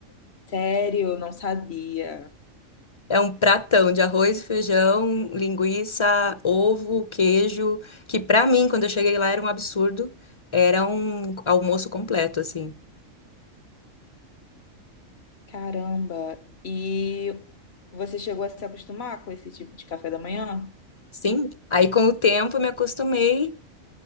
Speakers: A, on the left (about 50°); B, on the left (about 25°).
A: Sério, não sabia.
B: É um pratão de arroz, feijão, linguiça, ovo, queijo, que pra mim, quando eu cheguei lá, era um absurdo. Era um almoço completo, assim.
A: Caramba. E você chegou a se acostumar com esse tipo de café da manhã?
B: Sim, aí com o tempo eu me acostumei,